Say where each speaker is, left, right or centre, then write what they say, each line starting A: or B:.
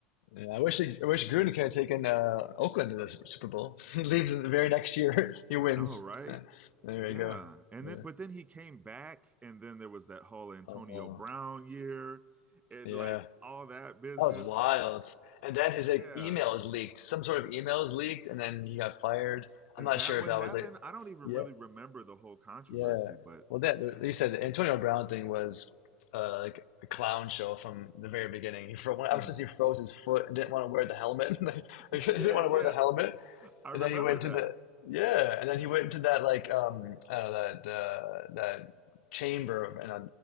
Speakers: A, on the left; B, on the right.
A: Yeah, I wish they, I wish Grunic had taken uh, Oakland to the Super Super Bowl. <laughs> He leaves in the very next year. <laughs> He wins.
B: No, right?
A: <laughs> There
B: Yeah.
A: you go.
B: And
A: Yeah.
B: then but then he came back and then there was that whole Antonio
A: Oh,
B: Brown year and
A: yeah.
B: like all that business.
A: That was wild. And then his like
B: Yeah.
A: email is leaked. Some sort of email is leaked, and then he got fired. I'm
B: Is
A: not
B: that
A: sure
B: what
A: if that
B: happened?
A: was like,
B: I don't even
A: yeah,
B: really remember the whole controversy,
A: yeah.
B: but
A: Well, that like you said the Antonio Brown thing was uh, like a clown show from the very beginning. He fro ever
B: mhm.
A: since he froze his foot and didn't want to wear the helmet. <laughs> Like,
B: <laughs>
A: he
B: yeah,
A: didn't want
B: yeah.
A: to wear the helmet.
B: I
A: And
B: remember
A: then he went
B: that.
A: to the yeah, and then he went to that like um I that uh, that chamber of- and uh,